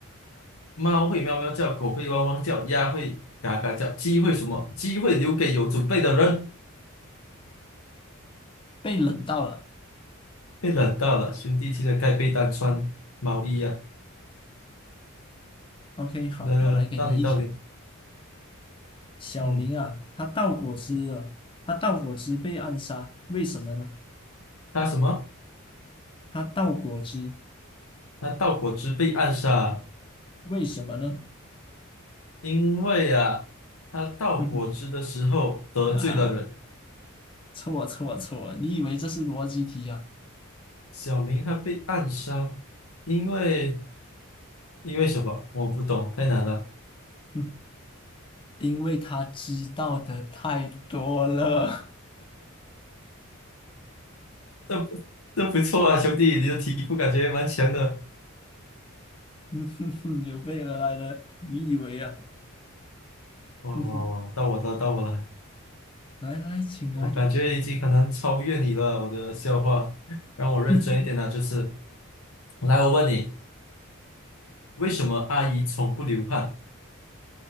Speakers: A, on the left; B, on the left.
A: 猫会喵喵叫，狗会汪汪叫，鸭会嘎嘎叫，鸡会什么？鸡会留给有准备的人。
B: 被冷到了。
A: 被冷到了，兄弟，记得盖被单，穿毛衣啊！
B: OK，好，
A: 来来来，
B: 我来给你一题。
A: 到你到你，
B: 小明啊，
A: 嗯，
B: 他倒果汁了，他倒果汁被暗杀，为什么呢？
A: 他什么？
B: 他倒果汁，
A: 那盗果汁被暗杀。
B: 为什么呢？
A: 因为啊，他倒果汁的时候得罪了人，
B: <laughs> 哼哼，哈哈哈。错错错！你以为这是逻辑题啊？
A: 小明他被暗杀，因为因为什么？我不懂，太难了。
B: 嗯，因为他知道的太多了。<laughs>
A: 这不这不错啊，兄弟，你的题库感觉蛮强的。
B: 嗯哼哼，有备而来的，你以为啊？
A: 哇哇哇，
B: 嗯哼，
A: 到我了，到我了，
B: 来来，请来。
A: 我感觉已经很难超越你了，
B: <laughs>
A: 我的笑话。让我认真一点啊，
B: 哼哼，
A: 这次。来，我问你，为什么阿姨从不流汗？